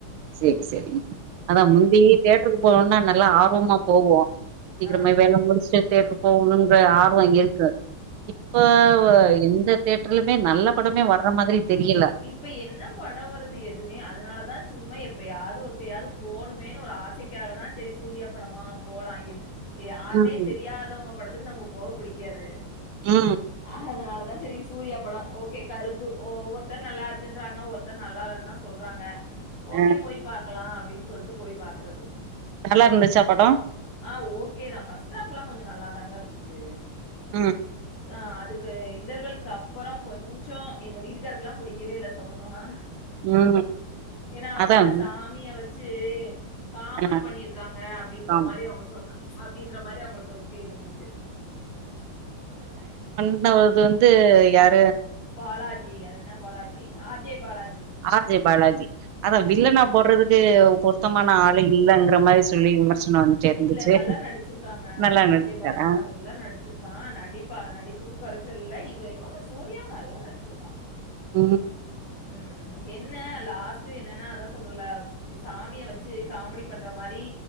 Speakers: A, on the right; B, on the left.
A: சேரி சேரி அதா முந்தி தேட்ருக்கு போனோனா நல்லா ஆர்வமா போவோ சீக்கிரமா
B: ஆ, ஆ.
A: வேல முடிச்சுட்டு தேட்டுருக்கு போகணுங்ற ஆர்வ இருக்கு இப்ப ஒ எந்த தேட்ருலுமே நல்ல படமே வர்ற மாதிரி தெரியல.
B: இ இப்ப என்ன பட வருது எதுவுமே அதுனாலதா சும்மா எப் இப்பயாது ஒருக்கையாது போனுமேனு ஒரு ஆசைக்காக தா சேரி சூர்யா படமா போலா எது யாருனே
A: ம்,
B: தெரியாதவங்க படத்துக்கு நமக்கு போக புடிக்காது
A: ம்.
B: அதனால தா சேரி சூர்யா பட ஓகே கருப்பு ஒவ்வொ த்தர் நல்லாருக்குன்றாங்க ஒருத்தர் நல்லாலனு தா சொல்றாங்க ஓகே
A: அ
B: போய் பாக்கலா அப்டினு சொல்ட்டு போய் பாக்றது
A: நல்லா இருந்துச்சா படம்?
B: ஆ ஓகே தா ஃபஸ்ட் ஆப்லா கொஞ்ச நல்லாதாங்க இருந்துச்சு
A: ம்
B: அ அதுக்கு இன்டர்வலுக்கு அப்பறோ கொஞ்சோ எங்க வீட்டுக் காருக்லா புடிக்கவே இல்ல சொல்லணுன்னா
A: ம்
B: ஏன்னா அவங்க
A: அதான்
B: சாமிய வச்சு காமெடி
A: அ
B: பண்ணிருக்காங்க அப்டின்ற
A: ஆமா.
B: மாரி அவ ங்க சொன்ன அப்டின்ற மாரி அவங்களுக்கு ஒரு ஃபீல் இருந்துச்சு
A: எ அது வந்து யார்
B: பாலாஜி அது என்ன பாலாஜி ஆர்ஜே பாலாஜி ம்
A: ஆர் ஜே பாலாஜி அதா
B: ம்
A: வில்லனா போடறதுக்கு சுத்தமான ஆள் இல்லங்ற மாரி சொல்லி விமர்சனோ வந்துட்டே இருந்துச்சு
B: இல்ல நல்லா நடிச்சிருக்காங்க
A: நல்லா
B: ஆர்
A: நடிக்ராரா
B: ஜே பாலாஜி நல்லா நடிச்சிருக்கா நடிப்பு அவ நடிப்புக்கு கொறச்சலில்ல இவ இவனு சூ ரியாவு நல்லா நடிச்சுருக்கா
A: ம்
B: ம் ம் என்ன லாஸ்ட் என்னனா அதா சொல்றல்ல சாமிய வச்சு காமெடி பண்ற மாரி